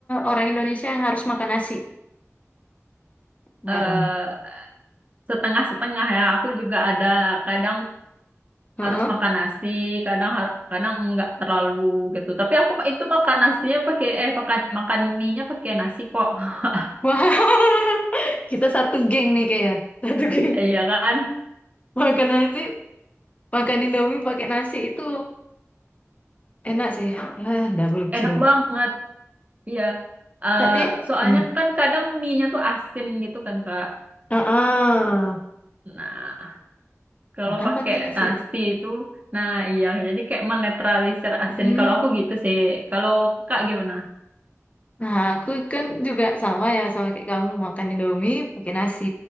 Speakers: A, on the left; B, on the right.
A: orang Indonesia yang harus makan nasi. Enggak
B: eh
A: dong.
B: setengah-setengah ya, aku juga ada kadang
A: Heeh.
B: harus makan nasi, kadang har- kadang nggak terlalu gitu. Tapi aku itu makan nasinya pakai eh makan makan mie-nya pakai nasi kok, <laughs>
A: Wah, <laughs> kita satu geng nih kayaknya. Satu geng.
B: iya kan,
A: Makan nasi, makan Indomie pakai nasi itu enak sih. Ya, double kill.
B: enak banget, iya. eh
A: Tapi,
B: soalnya
A: hmm.
B: kan kadang mie-nya tuh asin gitu kan Kak.
A: ah, ah,
B: Nah. Kalau
A: makan
B: pakai
A: pakai nasi.
B: nasi itu, nah iya, jadi kayak menetralisir asin.
A: Hmm.
B: Kalau aku gitu sih. Kalau kakak gimana?
A: Nah, aku kan juga sama ya sama kayak kamu makan Indomie pakai nasi.